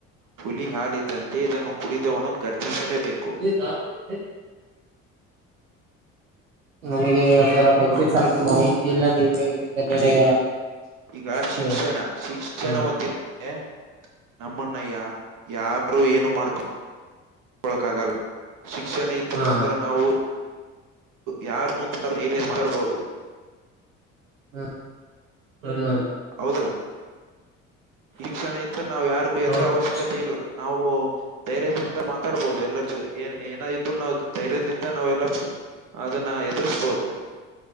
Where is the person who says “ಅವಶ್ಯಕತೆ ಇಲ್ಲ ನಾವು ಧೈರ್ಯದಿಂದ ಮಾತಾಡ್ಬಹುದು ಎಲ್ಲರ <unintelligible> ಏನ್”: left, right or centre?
Right